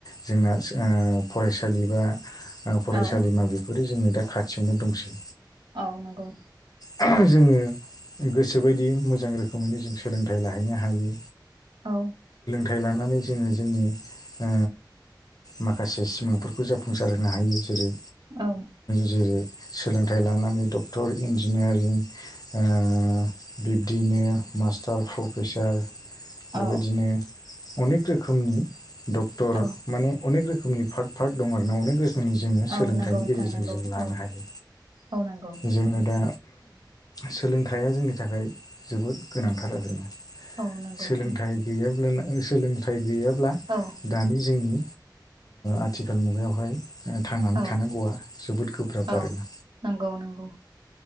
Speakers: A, on the left; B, on the right.
A: जोंना फरायसालि बा फरायसालिमा
B: औ
A: बेफोरो जोंनो दा खाथियावनो दंसै।
B: औ नंगौ।
A: <unintelligible> जोंङो गोसोबायदि मोजां रोखोमैनो जों सोलोंथाइ लाहैनो हायो।
B: औ।
A: सोलोंथाइ लानानै जोंङो जोंनि ओ माखासे सिमांफोरखौ जाफुंसार होनो हायो जेरै
B: औ
A: जेरै सोलोंथाइ लानानै डक्टर इन्जिनियारिं ओ बिब्दिनो मास्टार प्रफेसार।
B: औ
A: बेबायदिनो अनेक रोखोमनि डक्टर
B: औ
A: माने अनेक रोख ओमनि पार्थ-पार्थ दं आरोना अनेक रोख मनि जोंङो सोलोंथाइनि
B: औ नंगौ नोंथां
A: गेजेरजों
B: नंगौ
A: जों लानो
B: औ
A: हायो
B: औ नंगौ
A: जोंङो दा सोलोंथाइया जोंनि थाखाय जोबोद गोनांथार आरोना।
B: औ नंगौ
A: सोलोंथाइ
B: नोंथां
A: गैयाबा सोलोंथाइ गैयाब्ला
B: औ
A: दानि जोंनि। आथिखाल मुगायावहाय। थांनानै
B: औ
A: थानांगौआ जोबोद गोब्राब
B: औ
A: आरोना।
B: नंगौ नंगौ